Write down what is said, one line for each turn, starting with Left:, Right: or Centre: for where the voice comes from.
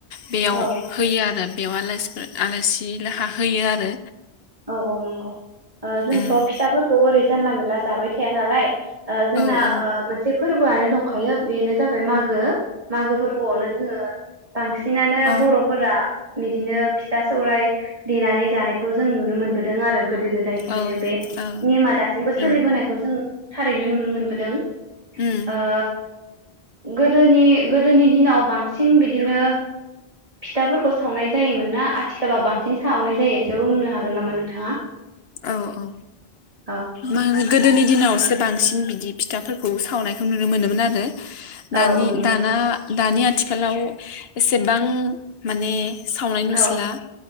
Left: बेयाव
Right: औ
Left: होयो आरो। बेयाव आलासिफोर आलासिलाहा होयो आरो।
Right: औ औ नंगौ। ओ जोंथ'
Left: उम
Right: फिथाफोरखौ ओरै जानला मानला जाबाय थाया नालाय। ओ जोंना
Left: औ औ
Right: ओ मोनसे फोरबोआनो दंखायो बेनो जाबाय मागो मागो फोरबोआवनो जोंङो बांसिनानो
Left: अ
Right: बर'फोरा बिदिनो फिथा सौराय देनानै जानायखौ जों नुनो मोनबोदों आरो गोदो गोदायनिफ्रायनो
Left: औ
Right: बे
Left: औ
Right: नेमा दासिमबो
Left: उम
Right: सोलिबोनायखौ जों थारैनो नुनो मोनबोदों।
Left: उम
Right: ओ गोदोनि गोदोनि दिनाव बांसिन बिदिनो फिथाफोरखौ सावनाय जायोमोन ना आथिखालाव बांसिन सावनाय जायो एसे बुंनो हागोन नामा नोंथाङा?
Left: औ औ
Right: औ
Left: मागो गोदोनि दिनावसो बांसिन बिदि फिथाफोरखौ सावनायखौ नुनो मोनोमोन आरो। दानि
Right: औ औ नंगौ
Left: दाना दानि आथिखालाव एसेबां माने सावनाय नुसोला
Right: औ